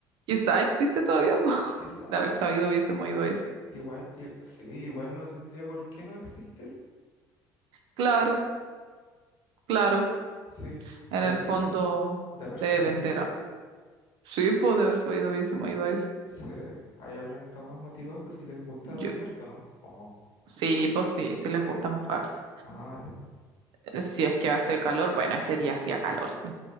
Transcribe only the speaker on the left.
Quizás.
Igual, i- sí, igual no tendría por qué no existir.
Sí,
hoy
sí,
de haber
sabido,
sí, ahí habrían estado más motivados, pues si les gusta
bañarse o no, o no.
Ah, ya.